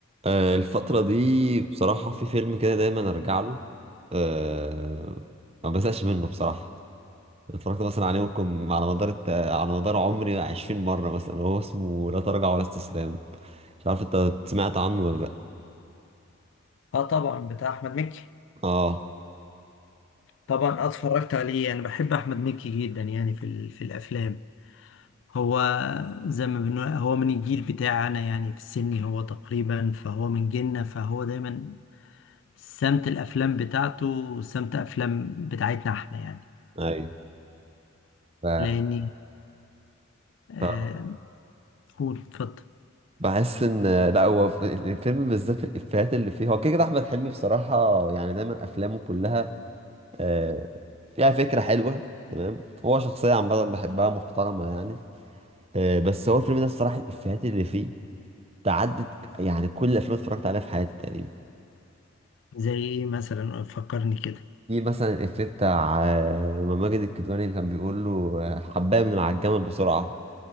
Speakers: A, on the right; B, on the left.
A: آه، الفترة دي بصراحة في فيلم كده دايما أرجع له أه ما بزهقش منه بصراحة اتفرجت مثلا عليه ممكن على مدار الت... على مدار عمري عشرين مرة مثلا هو اسمه لا تراجع ولا استسلام مش عارف انت سمعت عنه ولا لأ
B: اه طبعا بتاع احمد مكي
A: اه
B: طبعا آه اتفرجت عليه انا بحب احمد مكي جدا يعني في ال... في الافلام هو زي ما بنقول هو من الجيل بتاعنا يعني في السن هو تقريبا فهو من جيلنا فهو دايما سمت الافلام بتاعته وسمت افلام بتاعتنا احنا يعني
A: ايوه ف...
B: لاني آه
A: ف...
B: هو اتفضل
A: بحس ان لا هو في الفيلم بالذات الإفيهات اللي فيه هو كده كده أحمد حلمي بصراحة يعني دايما أفلامه كلها آه، فيها فكرة حلوة تمام هو شخصية عامة بحبها محترمة يعني آه، بس هو الفيلم ده الصراحة الإفيهات اللي فيه تعدت يعني كل الأفلام اللي اتفرجت عليها في حياتي تقريبا
B: زي ايه مثلا فكرني كده
A: في مثلا الإفيه بتاع آه، لما ماجد الكدواني كان بيقول له آه، الحباية من على الجمل بسرعة